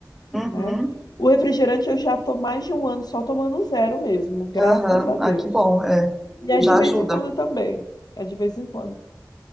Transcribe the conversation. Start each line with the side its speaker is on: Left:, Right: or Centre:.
Centre: Uhum.
Left: né? O refrigerante eu já tô mais de um ano só tomando zero mesmo, graças
Centre: Aham.
Left: a Deus.
Centre: Ah, que bom. É.
Left: E é
Centre: Já
Left: de vez
Centre: ajuda.
Left: em quando também. É de vez em quando.